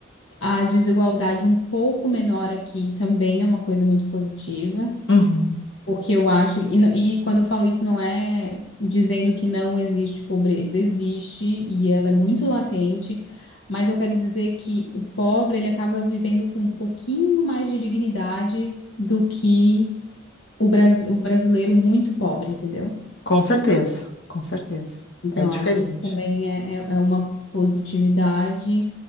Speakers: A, on the left; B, on the left.
A: a desigualdade um pouco menor aqui também é uma coisa muito positiva.
B: Uhum.
A: Porque eu acho, e, n- e quando eu falo isso, não é dizendo que não existe pobreza, existe e ela é muito latente, mas eu quero dizer que o pobre ele acaba vivendo com um pouquinho mais de dignidade do que o, bras, o brasileiro muito pobre, entendeu?
B: Com certeza, com certeza.
A: Então,
B: É diferente.
A: eu acho que isso também é, é, é uma positividade.